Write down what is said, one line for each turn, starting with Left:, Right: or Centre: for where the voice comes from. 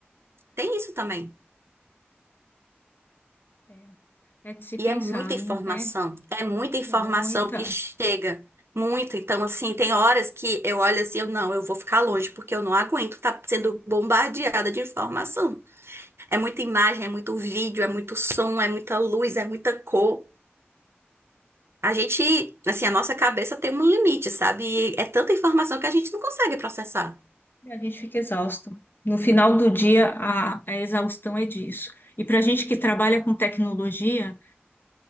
Right: Tem isso também.
Left: É é de se pensar,
Right: E é muita informação,
Left: né?
Right: é muita informação
Left: Muita.
Right: que chega, muita. Então, assim, tem horas que eu olho assim, eu não, eu vou ficar longe, porque eu não aguento estar sendo bombardeada de informação. É muita imagem, é muito vídeo, é muito som, é muita luz, é muita cor. A gente, assim, a nossa cabeça tem um limite, sabe? E é tanta informação que a gente não consegue processar.
Left: E a gente fica exausto. No final do dia, a, a exaustão é disso. E para a gente que trabalha com tecnologia,